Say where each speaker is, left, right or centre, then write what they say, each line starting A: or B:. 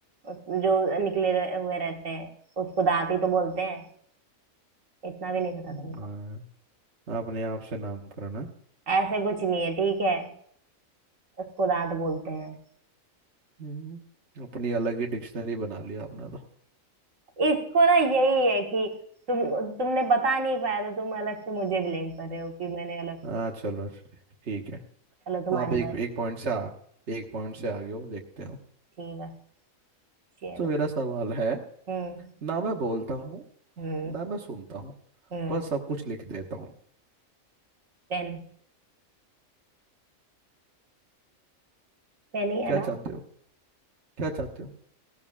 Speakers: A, on the right; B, on the right.
A: उस- जो निकले रह, हुए रहते हैं उसको दांत ही तो बोलते हैं इतना भी नहीं पता
B: हम्म,
A: तुमको
B: आपने आप से नाम करना
A: ऐसे कुछ नहीं है ठीक है उसको दांत बोलते हैं
B: हम्म, अपनी अलग ही डिक्शनरी बना ली आपने तो
A: इसको ना यही है कि तुम तुमने बता नहीं पाया तो तुम अलग से मुझे ब्लेम कर रहे हो कि मैंने अलग से
B: हाँ चलो चलो, ठीक है
A: चलो तुम्हारी
B: आप एक
A: बात
B: एक पॉइंट से आ एक पॉइंट से आगे हो देखते हो
A: ठीक है चलो
B: तो मेरा सवाल है
A: हम्म
B: ना मैं बोलता हूँ
A: हम्म
B: ना मैं सुनता हूँ
A: हम्म
B: पर सब कुछ लिख देता हूँ
A: पेन पेन ही है
B: क्या
A: ना
B: चाहते हो क्या चाहते हो